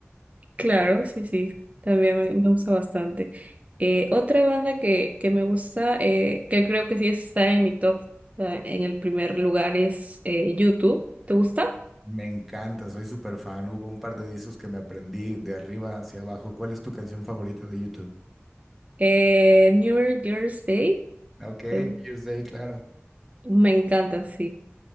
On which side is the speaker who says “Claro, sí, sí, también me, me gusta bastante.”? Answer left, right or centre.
Right